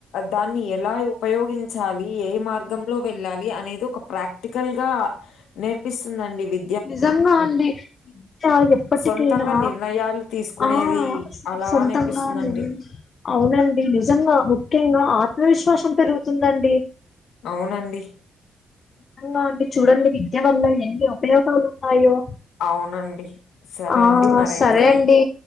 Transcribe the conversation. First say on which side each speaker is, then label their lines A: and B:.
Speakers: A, on the left (about 80°); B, on the left (about 55°).
A: దాన్ని ఎలా ఉపయోగించాలి ఏ మార్గంలో వెళ్ళాలి అనేది ఒక ప్రాక్టికల్ గా నేర్పిస్తుందండి వి
B: నిజంగా అండి ఎప్పటికైనా
A: సొంతంగా నిర్ణయాలు తీసుకునేది
B: ఆ
A: అలా
B: సొంతంగానే
A: నేర్పిస్తుందండి
B: అవునండి నిజంగా ముఖ్యంగా ఆత్మవిశ్వాసం పెరుగుతుందండి
A: అవునండి
B: నిజంగా అండి చూడండి విద్య వల్ల ఎన్ని ఉపయోగాలు ఉన్నాయో
A: అవునండి సరే
B: ఆ
A: అండి మరైతే
B: సరే అండి